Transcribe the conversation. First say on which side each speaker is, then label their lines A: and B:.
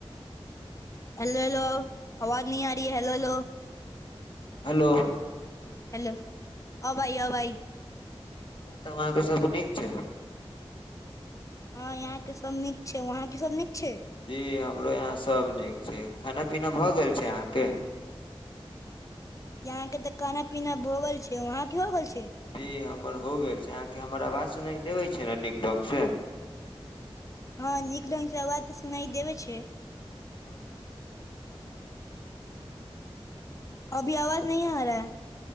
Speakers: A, on the left; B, on the left.
A: हेलो हेलो आवाज नि आ री हैलो हलो
B: हेलो
A: हेलो अब आइ अब आइ
B: आओर बताउ अहाँके सभ नीक छै
A: हँ यहााँ के सब नीक छै वहां के सब नीक छै
B: जी हमरो यहाँ सभ नीक छै खाना पीना भऽ गेल छै अहाँके
A: यहां के ते खाना पीना भ गेल छै वहा के हो गेल छै
B: जी हम हमर हो गेल छै अहाँके हमर आवाज सुनाई देबै छै ने नीक ढ्ग से
A: हँ नीक ढङ्ंग सँ आवाज तऽ सुनाइ देबे छै
B: ऽ आओर बता
A: <inaudible> अभी आवाज नहीं आ रहा